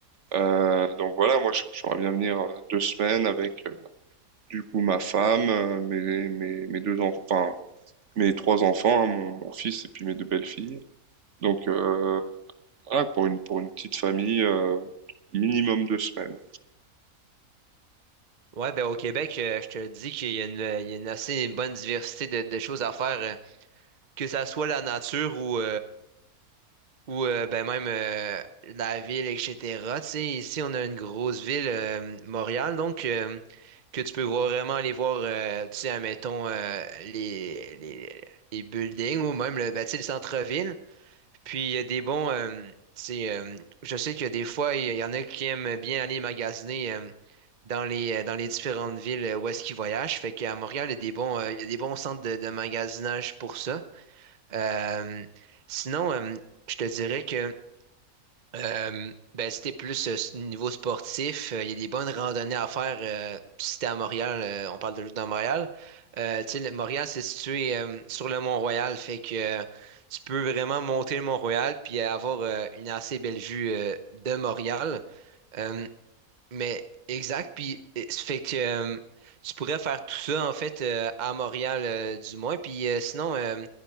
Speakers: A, on the right; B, on the right.
A: Euh, donc voilà, moi, je- j'aimerais bien venir euh, deux semaines avec, euh, du coup, ma femme, euh, mes, mes, mes deux enfants, enfin, mes trois enfants, hein, mon, mon fils et puis mes deux belles-filles. Donc, euh, voilà, pour une, pour une petite famille, euh, minimum deux semaines.
B: Ouais, ben au Québec, euh, je te dis qu'il y a une, il y a une assez bonne diversité de, de choses à faire, euh, que ça soit la nature ou, Ou euh, ben même euh, la ville, etc. Tu sais, ici, on a une grosse ville, euh, Montréal, donc euh, que tu peux voir vraiment aller voir, euh, tu sais, admettons, euh, les, les, les buildings ou même le, ben, tu sais, le centre-ville. Puis il y a des bons, euh, tu sais, euh, je sais que des fois, il y y en a qui aiment bien aller magasiner euh, dans les, euh, dans les différentes villes euh, où est-ce qu'ils voyagent. Fait qu'à Montréal, il y a des bons, euh, il y a des bons centres de, de magasinage pour ça. Euh, sinon, euh, je te dirais que... Euh, ben, si t'es plus euh, s- niveau sportif, euh, il y a des bonnes randonnées à faire. euh, si t'es à Montréal, euh, on parle de juste dans Montréal. Euh, tu sais, le- Montréal, c'est situé euh, sur le Mont-Royal, fait que euh, tu peux vraiment monter le Mont-Royal puis avoir euh, une assez belle vue euh, de Montréal. Euh, mais exact, puis euh, ça fait que euh, tu pourrais faire tout ça en fait euh, à Montréal euh, du moins, puis euh, sinon euh,